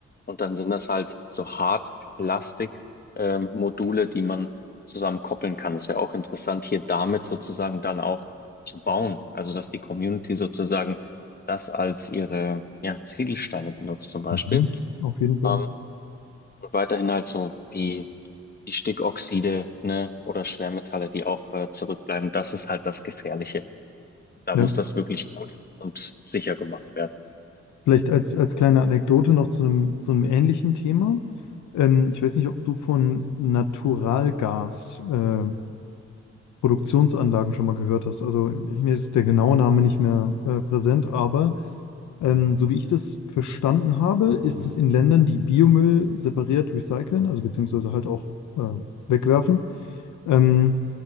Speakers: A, on the left; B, on the left.
A: Und dann sind das halt so Hartplastik, ähm, Module, die man zusammen koppeln kann. Es wäre auch interessant, hier damit sozusagen dann auch zu bauen. Also dass die Community sozusagen das als ihre ja, Ziegelsteine benutzt zum Beispiel.
B: Mhm. Auf jeden Fall.
A: Ähm, weiterhin halt so die, die Stickoxide, ne, oder Schwermetalle, die auch äh, zurückbleiben. Das ist halt das Gefährliche. Da
B: Ja.
A: muss das wirklich gut und sicher gemacht werden.
B: Vielleicht als, als kleine Anekdote noch zu einem, zu einem ähnlichen Thema. Ähm, ich weiß nicht, ob du von Naturalgas, äh, Produktionsanlagen schon mal gehört hast. Also mir ist der genaue Name nicht mehr, äh, präsent, aber ähm, so wie ich das verstanden habe, ist es in Ländern, die Biomüll separiert recyceln, also beziehungsweise halt auch äh, wegwerfen, ähm,